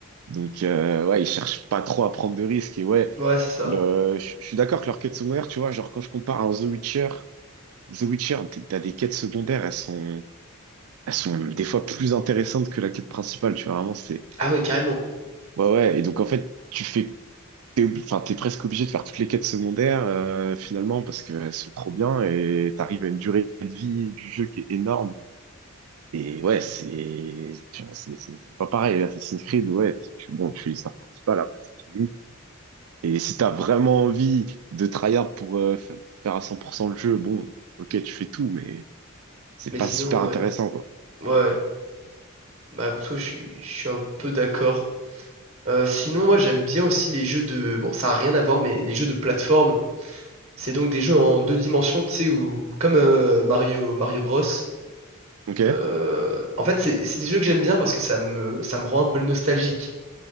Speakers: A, on the right (about 80°); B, on the right (about 30°).
A: Donc, euh, ouais, ils cherchent pas trop à prendre de risques. Et ouais,
B: Ouais, c'est ça.
A: le, je je suis d'accord que leur quête sommaire, tu vois, genre quand je compare à un The Witcher, The Witcher, t- t'as des quêtes secondaires, elles sont, elles sont des fois plus intéressantes que la quête principale, tu vois, vraiment, c'est...
B: Ah ouais, carrément.
A: Ouais, ouais, et donc en fait, tu fais... T'es obli- enfin, t'es presque obligé de faire toutes les quêtes secondaires, euh, finalement, parce qu'elles sont trop bien, et t'arrives à une durée de vie du jeu qui est énorme. Et ouais, c'est... tu vois, C'est c'est pas pareil, Assassin's Creed, ouais, tu, bon, tu fais l'histoire principale, après c'est fini. Et si t'as vraiment envie de tryhard pour euh, fa- faire à 100% le jeu, bon, ok, tu fais tout, mais c'est
B: Mais
A: pas
B: sinon,
A: super
B: ouais.
A: intéressant, quoi.
B: Ouais. Bah écoute, ouais, je suis, je suis un peu d'accord. Euh, sinon, moi, j'aime bien aussi les jeux de... Bon, ça n'a rien à voir, mais les jeux de plateforme. C'est donc des jeux en deux dimensions, tu sais, où... Comme euh, Mario, Mario Bros.
A: Ok?
B: Euh, En fait, c'est c'est des jeux que j'aime bien parce que ça me, ça me rend un peu nostalgique.